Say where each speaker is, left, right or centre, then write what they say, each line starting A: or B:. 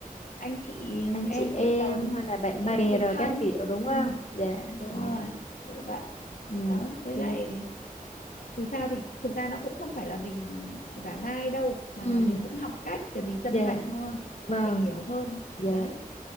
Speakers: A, on the left (about 70°); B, on the left (about 45°).
A: anh chị
B: anh
A: em
B: chị em
A: của chồng
B: hay là bạn
A: nếu
B: bè
A: mà mình
B: rồi
A: thân
B: các kiểu đúng không
A: ừ,
B: dạ
A: đúng
B: Ồ.
A: rồi kiểu vậy
B: ừ
A: đó
B: ok
A: với lại dù sao thì thực ra nó cũng không phải là mình giả nai đâu mà
B: ừ
A: là mình cũng học cách để mình chân
B: dạ
A: thành hơn
B: vâng
A: mình hiểu hơn
B: dạ
A: đấy